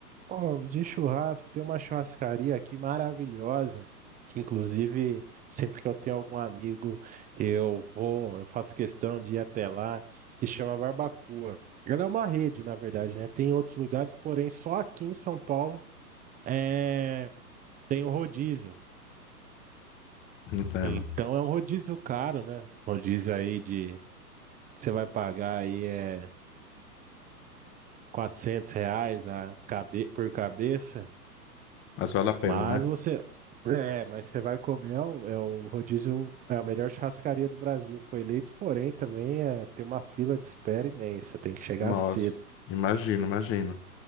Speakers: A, on the right; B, on the left.
A: Ó, de churrasco, tem uma churrascaria aqui maravilhosa, que inclusive sempre que eu tenho algum amigo, eu vou, eu faço questão de ir até lá, que chama Barbacoa. Ela é uma rede, na verdade, né? Tem outros lugares, porém só aqui em São Paulo é... tem um rodízio.
B: Entendo.
A: Então é um rodízio caro, né? Rodízio aí de, você vai pagar aí é 400 reais a cabe... por cabeça.
B: Mas vale a
A: Mas
B: pena, né?
A: você. É, mas você vai comer, é o, é o rodízio, é a melhor churrascaria do Brasil. Foi eleito, porém, também é, tem uma fila de espera imensa, tem que chegar
B: Nossa,
A: cedo.
B: imagino, imagino.